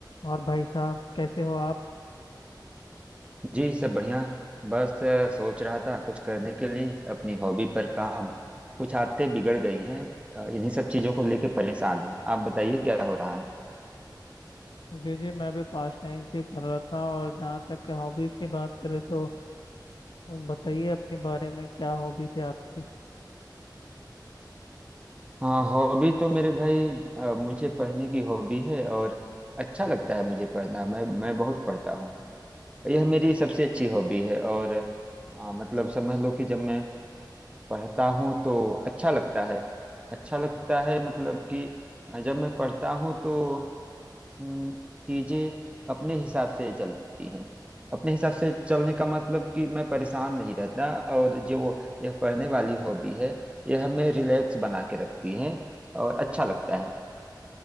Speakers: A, on the left (about 75°); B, on the right (about 15°).
A: और भाई साहब कैसे हो आप
B: जी सब बढ़िया बस अ, सोच रहा था कुछ करने के लिए अपनी हॉबी पर काम कुछ आदतें बिगड़ गई हैं अ, इन्हीं सब चीजों को लेके परेशान हूँ आप बताइए क्या हो रहा है
A: जी जी मैं भी पास टाइम से कर रहा था और जहाँ तक के हॉबीज की बात करें तो बताइए अपने बारे में क्या हॉबीज है आपकी
B: हाँ हॉबी तो मेरे भाई अ, मुझे पढ़ने की हॉबी है और अच्छा लगता है मुझे पढ़ना मैं मैं बहुत पढ़ता हूँ यह मेरी सबसे अच्छी हॉबी है और अ, मतलब समझ लो कि जब मैं पढ़ता हूँ तो अच्छा लगता है अच्छा लगता है मतलब कि अ, जब मैं पढ़ता हूँ तो हम्म, चीजें अपने हिसाब से चलती हैं अपने हिसाब से चलने का मतलब कि मैं परेशान नहीं रहता और जो यह पढ़ने वाली हॉबी है यह हमें रिलैक्स बना के रखती है और अच्छा लगता है